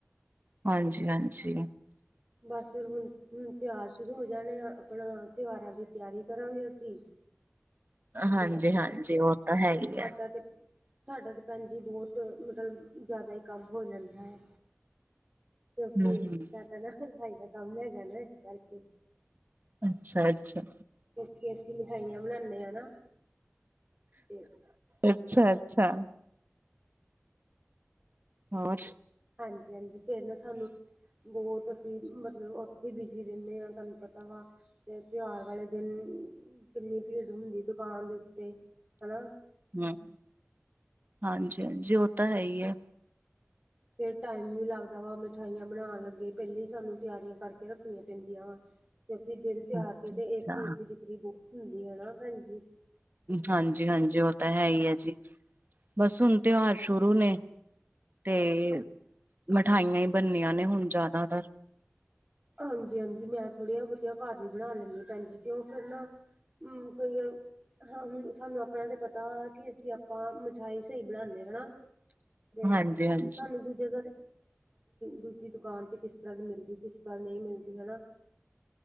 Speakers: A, on the right; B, on the right.
A: ਹਾਂਜੀ ਹਾਂਜੀ।
B: ਬਸ ਫਿਰ, ਹੁਣ ਹੁਣ ਤਿਹਾਰ ਸ਼ੁਰੂ ਹੋ ਜਾਣੇ ਆ ਆਪਣਾ ਤਿਉਹਾਰਾਂ ਦੀ ਤਿਆਰੀ ਕਰਾਂਗੇ ਅਸੀਂ। ਅੱਗਲਾ
A: ਹਾਂਜੀ ਹਾਂਜੀ ਉਹ ਤਾਂ ਹੈ ਹੀ
B: ਸਾਡਾ
A: ਹੈ।
B: ਤੇ ਸਾਡਾ ਤਾਂ ਭੈਣ ਜੀ, ਬਹੁਤ ਮਤਲਬ ਜ਼ਿਆਦਾ ਈ ਕੰਮ ਹੋ ਜਾਂਦਾ ਐ। ਕਿਉਂਕਿ
A: ਹਮ ਹਮ।
B: ਸਾਡਾ ਨਾ ਹਲਵਾਈ ਦਾ ਕੰਮ ਹੈਗਾ ਨਾ ਇਸ ਕਰਕੇ।
A: ਅੱਛਾ ਅੱਛਾ।
B: ਟੇਸਟੀ ਮਿਠਾਈਆਂ ਬਣਾਨੇ ਆ ਨਾ ਤੇ
A: ਅੱਛਾ ਅੱਛਾ। ਹੋਰ
B: ਹਾਂਜੀ ਹਾਂਜੀ! ਫੇਰ ਨਾ ਸਾਨੂੰ ਬੌਤ ਅਸੀਂ ਮਤਲ ਓਥੇ ਈ ਬਿਜ਼ੀ ਰੇਨੇ ਆਂ ਤਾਨੂੰ ਪਤਾ ਵਾ ਤੇ ਤਿਉਹਾਰ ਵਾਲੇ ਦਿਨ ਕਿੰਨੀ ਭੀੜ ਹੁੰਦੀ ਦੁਕਾਨ ਦੇ ਉੱਤੇ ਹਨਾ।
A: ਹੁੰ, ਹਾਂਜੀ ਹਾਂਜੀ ਓ ਤਾਂ ਹੈ ਈ ਐ।
B: ਫਿਰ ਟਾਈਮ ਵੀ ਲੱਗਦਾ ਵਾ ਮਿਠਾਈਆਂ ਬਣਾਉਣ ਲੱਗੇ, ਪਹਿਲੇਾਂ ਹੀ ਸਾਨੂੰ ਤਿਆਰੀਆਂ ਕਰਕੇ ਰੱਖਣੀਆਂ ਪੈਂਦੀਆਂ ਵਾ। ਕਿਉਂਕਿ ਦਿਨ ਤਿਉਹਾਰ
A: ਅੱਛਾ-ਅੱਛਾ।
B: ਤੇ ਤੇ ਇਸ ਚੀਜ਼ ਦੀ ਬੀਕਰੀ ਬਹੁਤ ਹੁੰਦੀ ਹਨਾ ਭੈਣ ਜ।
A: ਹਾਂਜੀ ਹਾਂਜੀ! ਉਹ ਤਾਂ ਹੈ ਹੀ ਹੈ ਜੀ ਬਸ ਹੁਣ ਤਿਉਹਾਰ ਸ਼ੁਰੂ ਨੇ ਤੇ ਮਠਾਈਆਂ ਹੀ ਬਣਨੀਆਂ ਨੇ ਹੁਣ ਜ਼ਿਆਦਾਤਰ।
B: ਹਾਂਜੀ ਹਾਂਜੀ! ਮੈਂ ਥੋੜੀੀਆਂ ਬੋਤਿਆ ਘਰ ਵੀ ਬਣਾ ਲੈਂਦੀ ਹ ਭੈਣਜੀ ਤੇਂ ਫਿਰ ਨਾ ਹਮ ਕਈ ਆ ਹਾਂ ਹੁਣ ਸਾਨੂੰ ਆਪਣੇ ਤੇ ਪਤਾ ਕਿ ਅਸੀਂ ਆਪਾਂ ਮਿਠਿਆਾਈ ਸਹੀ ਬਣਾਉਦੇ ਹਨਾ। ਤੇ
A: ਹਾਂਜੀ-ਹਾਂਜੀ।
B: ਸਾਨੂੰ ਦੂਜੇ ਤ ਦੂਜੀ ਦੁਕਾਨ ਤੇ ਕਿਸ ਤਰ੍ਹਾਂ ਦੀ ਮਿਲਦੀ ਜੁਗੀ ਕਲ ਨਹੀਂ ਮਿਲਦੀ ਹਨਾ।